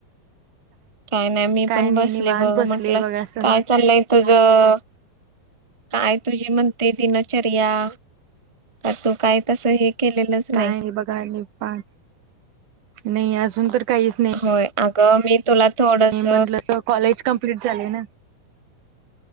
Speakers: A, on the right; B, on the right.
A: काय नाय, मी
B: काय
A: पण
B: नाही
A: बसले
B: निवांत
A: बघ
B: बसले
A: म्हटलं
B: बघा सहज
A: काय चाललंय तुझं काय तुझी म्हणते दिनचर्या, का तू काय तसं हे केलेलंच
B: काय
A: नाही
B: नी बघा निपान, नाही अजून तर काहीच
A: होय, अगं मी तुला थोडस
B: नाही म्हंटलं सो कॉलेज कमप्लीट झालय ना.